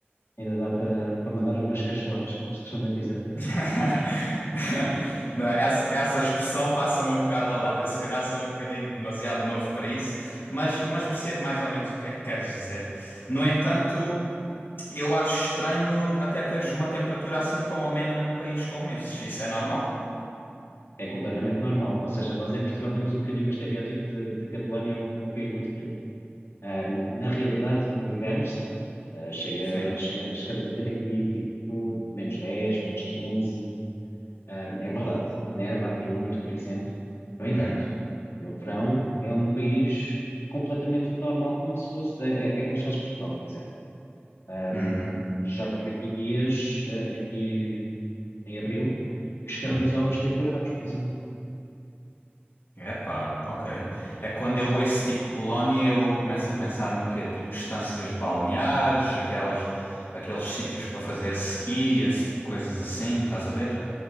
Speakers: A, on the left; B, on the left.
A: Ainda dá para, para mandar umas cacheladas, como se costuma dizer.
B: <laughs> Não, essa, essa expressão passa-me um bocado ao lado. Eu se calhar sou um bocadinho demasiado novo para isso, mas, mas percebo mais ou menos o que é que queres dizer. No entanto, eu acho estranho até teres uma temperatura assim tão amena num país como esse. Isso é normal?
A: É completamente normal. Ou seja, nós em Portugal temos um bocadinho o estereótipo de, de que a Polónia é um é um país muito frio. Ahm, na realidade, no inverno, sim. Ah, chega,
B: Sim.
A: chega- chegamos a ter aqui tipo menos dez menos quinze Ahm, é verdade, neva aqui muito, por exemplo. No entanto,
B: Uhum,
A: no verão é um país completamente normal, como se fosse, é, é- é como se fosse Portugal, por exemplo. Ahm,
B: uhum,
A: já tive aqui dias, ah, aqui em abril, que chegamos
B: uhum.
A: aos 30 graus, por exemplo.
B: Epá, ok. É quando eu ouço tipo Polónia, eu começo a pensar no quê? Tipo estâncias balneares, aquelas, aqueles sítios para fazer ski, esse tipo de coisas assim, estás a ver?